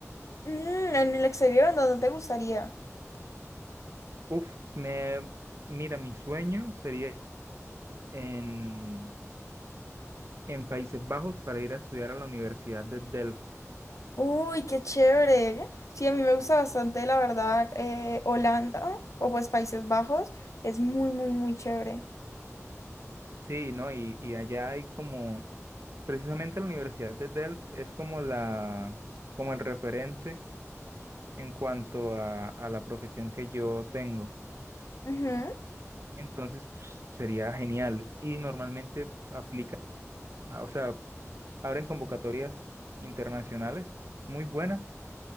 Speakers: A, on the left; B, on the right.
A: Mm, en el exterior, ¿en dónde te gustaría?
B: Uf, me mira, mi sueño sería en, en Países Bajos para ir a estudiar a la Universidad de Delft.
A: Uy, qué chévere. Sí, a mí me gusta bastante, la verdad, eh, Holanda o pues Países Bajos. Es muy, muy, muy chévere.
B: Sí, ¿no? Y, y allá hay como Precisamente la Universidad de Delft es como la, como el referente en cuanto a, a la profesión que yo tengo.
A: Ujú.
B: Entonces, pues, sería genial. Y normalmente aplica, o sea, abren convocatorias internacionales muy buenas